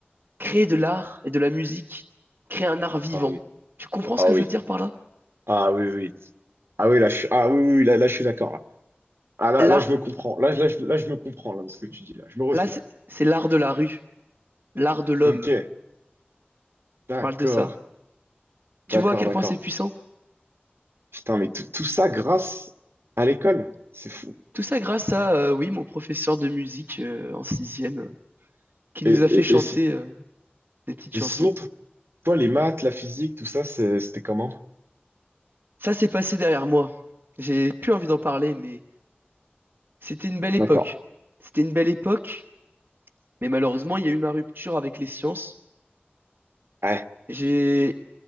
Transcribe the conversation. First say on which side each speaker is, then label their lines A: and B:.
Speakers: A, on the right (about 50°); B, on the right (about 75°).
A: créer de l'art et de la musique, créer un art vivant.
B: Ah oui.
A: Tu comprends
B: Ah
A: ce que
B: oui.
A: je veux dire par là?
B: Ah oui, oui. oui. Ah oui, là, je suis, ah oui, oui, oui, là, là, je suis d'accord. là. Ah là,
A: Là,
B: là, je me comprends. Là, là, je, là, je me comprends, là, de ce que tu dis, là. Je me retrouve.
A: là, c'est c'est l'art de la rue, l'art de l'homme.
B: Ok. D'accord.
A: Je parle de ça. Tu
B: D'accord,
A: vois à quel
B: d'accord.
A: point c'est puissant?
B: Putain, mais tout, tout ça grâce à l'école. C'est fou.
A: Tout ça grâce à, euh, oui, mon professeur de musique euh, en sixième, euh, qui nous
B: Et,
A: a fait
B: et,
A: chanter
B: et, si-
A: euh, des petites
B: et
A: chansons.
B: sinon, Toi, les maths, la physique, tout ça, c'est- c'était comment?
A: Ça s'est passé derrière moi. J'ai plus envie d'en parler, mais c'était une belle époque.
B: D'accord.
A: C'était une belle époque, mais malheureusement, il y a eu ma rupture avec les sciences.
B: Ouais,
A: J'ai